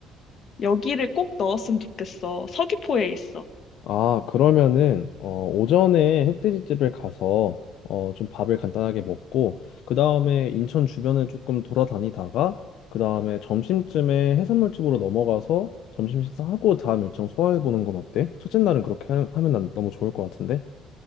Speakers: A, on the left (about 40°); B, on the left (about 60°).
A: 여기를 꼭 넣었으면 좋겠어. 서귀포에 있어.
B: 아, 그러면은 어, 오전에 흑돼지집을 가서 어, 좀 밥을 간단하게 먹고 그다음에 인천 주변을 조금 돌아다니다가 그다음에 점심쯤에 해산물집으로 넘어가서 점심 식사하고 다음 일정 소화해 보는 건 어때? 첫째 날은 그렇게 하- 하면 난 너무 좋을 것 같은데.